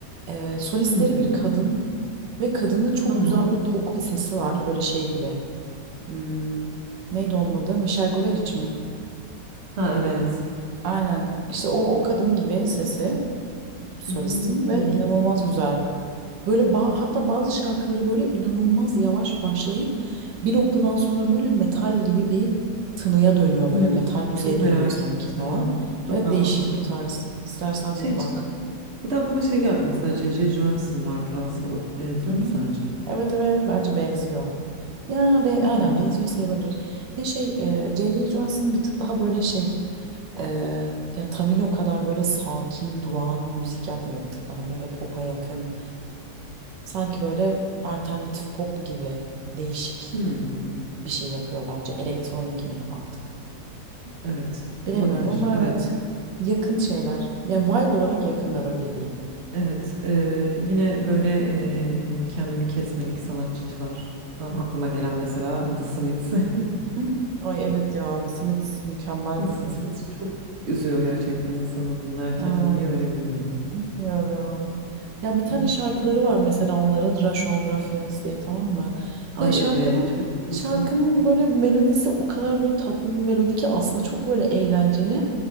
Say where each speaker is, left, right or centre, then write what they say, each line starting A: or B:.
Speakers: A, on the right (about 85°); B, on the right (about 40°).
A: E, solistleri
B: Hmm,
A: bir kadın ve kadının çok
B: Tamam.
A: güzel böyle tok bir sesi var. Böyle şey gibi. Hmm, neydi onun adı? Michel Guberic mi?
B: Ha evet.
A: Aynen. İşte o o kadın gibi sesi solistin
B: Hmm.
A: ve inanılmaz güzel. Böyle ba- hatta bazı şarkıları böyle inanılmaz yavaş başlayıp bir noktadan sonra böyle metal gibi bir tınıya dönüyor
B: Hmm,
A: böyle metal müziğe
B: Çok merak
A: dönüyor sanki
B: ettim.
A: falan.
B: Mutlaka
A: Evet değişik
B: bakacağım.
A: bir tarz. İstersen
B: Şey,
A: bir
B: c-
A: bak.
B: bir de aklıma şey geldi mesela C.C. Johansson var biraz da benziyor
A: Hı?
B: mu sence?
A: Evet evet bence benziyor. Ya be,
B: Değil
A: aynen
B: mi?
A: benziyor sayılabilir. Ya şey e, J.J. Johansson bir tık daha böyle şey e, ya Tamino kadar böyle sakin durağan müzik yapmıyor. Bir tık daha böyle pop'a yakın. Sanki böyle alternatif pop gibi değişik
B: Hmm.
A: bir şey yapıyor bence. Elektronik mi artık?
B: Evet,
A: Bilemiyorum
B: olabilir.
A: ama
B: Evet,
A: evet yakın şeyler. Ya vibe olarak yakınlar öyle diyeyim.
B: evet. Ee, yine böyle ee, kendini kesmelik sanatçılardan aklıma gelen mesela The Smiths. <laughs>
A: <laughs> Ay evet ya The Smiths mükemmel
B: The Smiths
A: bir grup.
B: çok üzüyor gerçekten insanı dinlerken.
A: Evet.
B: Niye öyle bilmiyorum.
A: Bilmiyorum. Ya bir tane
B: Hı.
A: şarkıları var mesela onların Rush Home Ruffians diye tamam mı?
B: Ay
A: Ya şarkının
B: evet, çok güzel.
A: şarkının böyle melodisi o kadar böyle tatlı bir melodi ki aslında çok böyle eğlenceli.